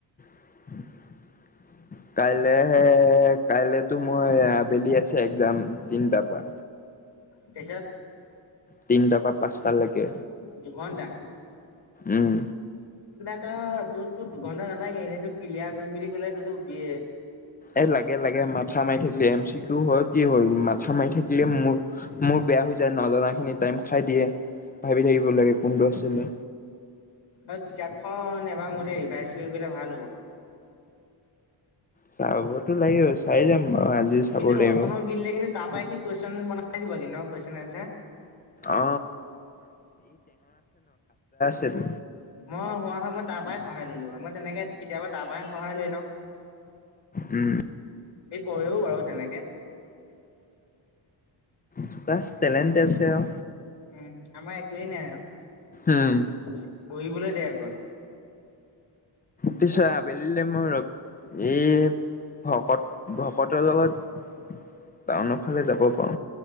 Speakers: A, on the left (about 20°); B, on the left (about 60°).
A: <unintelligible> কাইলৈ হয় কাইলেতো মোৰ আবেলি আছে এক্জাম। তিনিটা পোৱা
B: তেইচাত।
A: তিন টকাত। পাঁচটালৈকে
B: দুঘন্টা
A: উম।
B: ত তোৰ তো দুঘন্টা নালাগে এনে এইটো পিলিয়াৰ কৰিম বুলি ক'লে তটো বি এ
A: এ লাগে লাগে মাথা মাৰি থাকিলি এম চি কিউ হয় কি হ'ল মাথা মাৰি থাকিল মোৰ মোৰ বেয়া হৈ যায় নজনা খিনি টাইম খাই দিয়ে ভাবি থাকিব লাগে কোনটো আছিলে
B: অ কিতাপখন এবাৰ মতে ৰিভাইজ কৰি গলে ভাল হ'ব
A: চাবতো লাগিব চাই যাম বাৰু আজি চাব
B: কিন্তু
A: লাগিব
B: ৰতনত দিলে কিন্তু তাৰ পৰাই সি কুৱেচন বনাই আজি ব ন কুৱেচন এনছাৰ
A: অ সেইটো
B: মই হোৱা হয় মই তাৰ পৰাই সহায় ললো হয় মই তেনেকে কেতিয়াবা তাৰ পৰাই সহায় লৈ লওঁ
A: উম
B: কয়ো বাৰু তেনেকে
A: চোকা টেলেণ্ট আছে আৰু
B: উম আমাৰ একো নাই আৰু
A: উম।
B: বহিবলৈ দে আকৌ
A: পিছত আবেলিলে মোৰ এই ভকত ভকতৰ লগত টাউনৰ ফালে যাব পাৰো